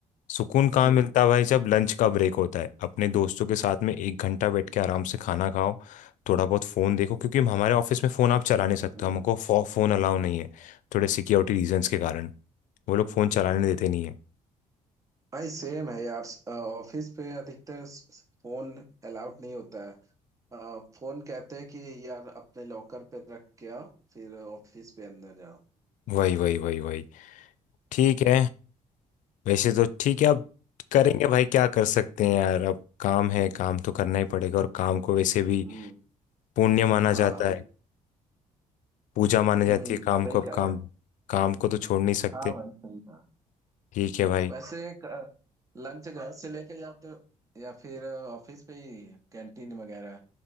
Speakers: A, on the left; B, on the right.
A: सुकून कहाँ
B: हम्म
A: मिलता है भाई जब लंच का ब्रेक होता है अपने दोस्तों के साथ में एक घंटा बैठ के आराम से खाना खाओ थोड़ा बहुत फ़ोन देखो क्योंकि हमारे ऑफिस में फ़ोन आप चला नहीं सकते
B: हाँ
A: हो, हमको फ़ोन अलाउ नहीं है थोड़े सिक्योरिटी
B: हम्म।
A: रीजंस के कारण वो लोग फ़ोन चलाने देते नहीं है
B: भाई सेम है यार अ, ऑफिस पे अधिकतर स- फोन अलाउड नहीं होता है अ, फोन कहते हैं कि यार अपने लॉकर पे रख के आओ फिर ऑफिस पे अंदर जाओ
A: वही वही वही वही ठीक है वैसे तो ठीक है अब करेंगे भाई क्या कर सकते हैं यार अब काम है काम तो करना ही पड़ेगा और काम को वैसे भी
B: हम्म
A: पुण्य माना
B: हाँ
A: जाता
B: मैं-
A: है पूजा मानी जाती
B: हम्म
A: है काम
B: सही
A: को अब
B: कहा
A: काम
B: यार
A: काम को तो छोड़ नहीं
B: हाँ
A: सकते
B: भाई सही कहा
A: ठीक है भाई
B: वैसे लंच घर से लेके जाते हो या फिर ऑफिस पे ही कैंटीन वगैरह